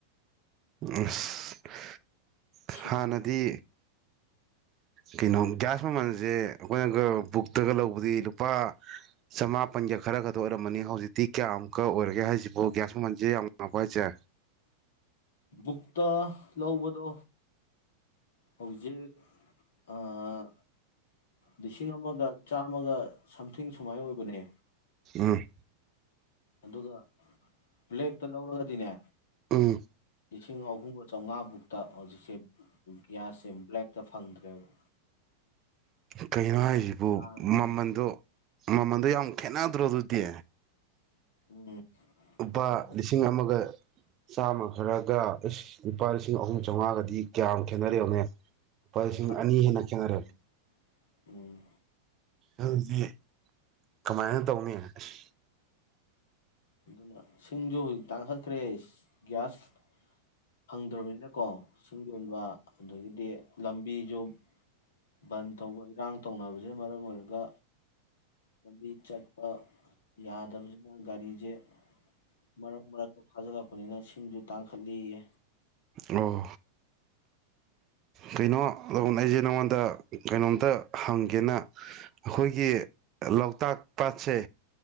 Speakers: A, on the right; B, on the left.
A: ꯑꯁ
B: ꯁꯤꯡꯗ
A: ꯍꯥꯟꯅꯗꯤ
B: ꯑꯣꯏꯅ ꯊꯣꯡꯉꯦ
A: ꯀꯩꯅꯣ ꯒ꯭ꯌꯥꯁ ꯃꯃꯜꯁꯦ ꯑꯩꯈꯣꯏꯅꯒ ꯕꯨꯛꯇꯒ ꯂꯧꯕꯗꯤ ꯂꯨꯄꯥ ꯆꯃꯥꯄꯟꯒ ꯈꯔ ꯈꯛꯇ ꯑꯣꯏꯔꯝꯕꯅꯤ ꯍꯧꯖꯤꯛꯇꯤ ꯀꯌꯥꯃꯨꯛꯀ ꯑꯣꯏꯔꯒꯦ ꯍꯥꯏꯁꯤꯕꯣ ꯒ꯭ꯌꯥꯁ ꯃꯃꯜꯁꯦ ꯌꯥꯝ ꯋꯥꯡꯉꯕ ꯍꯥꯏꯁꯦ
B: ꯕꯨꯛꯇ ꯂꯧꯕꯗꯣ ꯍꯧꯖꯤꯛ ꯑꯥ ꯂꯤꯁꯤꯡ ꯑꯃꯒ ꯆꯥꯝꯃꯒ ꯁꯝꯊꯤꯡ ꯁꯨꯃꯥꯏ ꯑꯣꯏꯕꯅꯦ
A: ꯎꯝ
B: ꯑꯗꯨꯒ ꯕ꯭ꯂꯦꯛꯇ ꯂꯧꯔꯒꯗꯤꯅꯦ
A: ꯎꯝ
B: ꯂꯤꯁꯤꯡ ꯑꯍꯨꯝꯒ ꯆꯧꯉꯥꯃꯨꯛꯇ ꯍꯧꯖꯤꯛꯁꯦ ꯒ꯭ꯌꯥꯁꯁꯦ ꯕ꯭ꯂꯦꯛꯇ ꯐꯪꯗ꯭ꯔꯦꯕ
A: ꯀꯩꯅꯣ ꯍꯥꯏꯁꯤꯕꯨ
B: ꯇꯥꯡꯈ꯭ꯔꯦ
A: ꯃꯃꯟꯗꯣ
B: ꯍꯥꯏꯁꯦ
A: ꯃꯃꯟꯗꯣ ꯌꯥꯝ ꯈꯦꯠꯅꯗ꯭ꯔꯣ ꯑꯗꯨꯗꯤ
B: ꯎꯝ
A: ꯂꯨꯄꯥ
B: ꯃꯃꯜ
A: ꯂꯤꯁꯤꯡ ꯑꯃꯒ ꯆꯥꯝꯃ ꯈꯔꯒ ꯏꯁ ꯂꯨꯄꯥ ꯂꯤꯁꯤꯡ ꯑꯍꯨꯝ ꯆꯧꯉꯥꯒꯗꯤ ꯀꯌꯥꯝ ꯈꯦꯠꯅꯔꯦ ꯌꯦꯡꯉꯨꯅꯦ ꯂꯨꯄꯥ
B: ꯇꯪꯈꯥꯏ
A: ꯂꯤꯁꯤꯡ ꯑꯅꯤ
B: ꯍꯦꯟꯅ
A: ꯈꯦꯠꯅꯔꯦ
B: <unintelligible> ꯎꯝ
A: ꯑꯗꯨꯗꯤ ꯀꯃꯥꯏꯅ ꯇꯧꯅꯤ ꯑꯁ
B: ꯑꯗꯨꯅ ꯁꯤꯡꯖꯨ ꯇꯥꯡꯈꯠꯈ꯭ꯔꯦ ꯒ꯭ꯌꯥꯁ ꯐꯪꯗ꯭ꯔꯕꯅꯤꯅꯀꯣ ꯁꯤꯡ ꯌꯣꯟꯕ ꯑꯗꯒꯤꯗꯤ ꯂꯝꯕꯤꯁꯨ ꯕꯟ ꯇꯧꯕ ꯏꯔꯥꯡ ꯇꯧꯅꯕꯁꯤꯅ ꯃꯔꯝ ꯑꯣꯏꯔꯒ ꯂꯝꯕꯤ ꯆꯠꯄ ꯌꯥꯗꯝꯅꯤꯅ ꯒꯥꯔꯤꯁꯦ ꯃꯔꯛ ꯃꯔꯛꯇ ꯊꯥꯖꯤꯜꯂꯛꯄꯅꯤꯅ ꯁꯤꯡꯁꯨ ꯇꯥꯡꯈꯠꯂꯦꯌꯦ
A: ꯑꯣ ꯀꯩꯅꯣ ꯑꯗꯣ ꯎꯅꯩꯁꯦ ꯅꯉꯣꯟꯗ ꯀꯩꯅꯣꯝꯇ ꯍꯪꯒꯦꯅ ꯑꯈꯣꯏꯒꯤ ꯂꯣꯛꯇꯥꯛ ꯄꯥꯠꯁꯦ